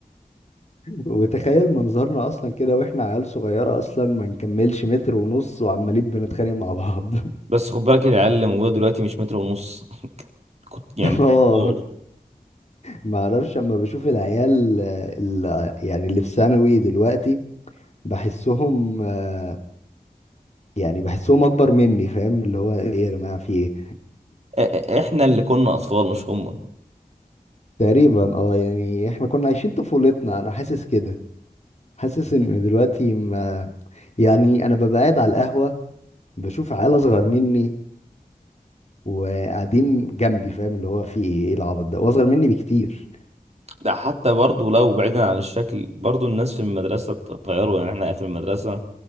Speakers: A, on the left; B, on the right.
A: وتخيل منظرنا اصلا كده واحنا عيال صغيره اصلا ما نكملش متر ونص وعمالين بنتخانق مع بعض
B: بس خد بالك العيال اللي موجوده دلوقتي مش متر ونص <laughs> كنت يعني
A: <laughs> اه
B: أطفال.
A: ما اعرفش اما بشوف العيال آه، ال- يعني اللي في ثانوي دلوقتي بحسهم آه، يعني بحسهم اكبر مني فاهم اللي هو ايه يا جماعه في ايه
B: إ- إ- احنا اللي كنا اطفال مش هم
A: تقريبا اه يعني احنا كنا عايشين طفولتنا انا حاسس كده حاسس ان دلوقتي ما يعني انا ببقى قاعد على القهوة بشوف عيال اصغر مني وقاعدين جنبي فاهم اللي هو في ايه ايه العبط ده واصغر مني بكتير
B: ده حتى برضو لو بعيدا عن الشكل برضو الناس في المدرسه اتغيروا يعني احنا في المدرسه